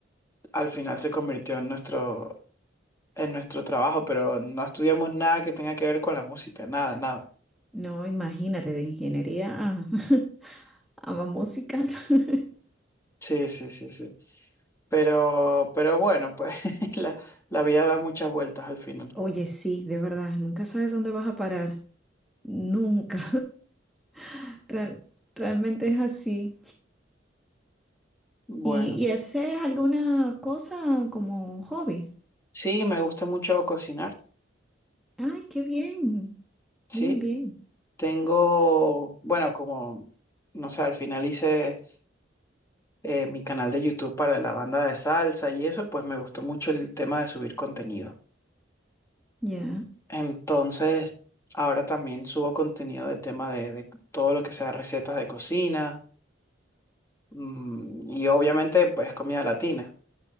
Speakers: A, on the left; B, in the centre.
A: al final se convirtió en nuestro, en nuestro trabajo, pero no estudiamos nada que tenga que ver con la música, nada, nada.
B: No, imagínate, de ingeniería a, <laughs> a música. <laughs>
A: Sí, sí, sí, sí. Pero, pero bueno, pues <laughs> la, la vida da muchas vueltas al final.
B: Oye, sí, de verdad, nunca sabes dónde vas a parar. Nunca. <laughs> Real- realmente es así.
A: Bueno,
B: ¿Y, y haces alguna cosa como hobby?
A: sí, me gusta mucho cocinar,
B: Ay, qué bien.
A: sí.
B: Bien, bien.
A: Tengo, bueno, como, no sé, al final hice eh, mi canal de YouTube para la banda de salsa y eso, pues me gustó mucho el tema de subir contenido.
B: Ya.
A: Entonces, ahora también subo contenido de tema de, de todo lo que sea recetas de cocina mm, y obviamente pues comida latina.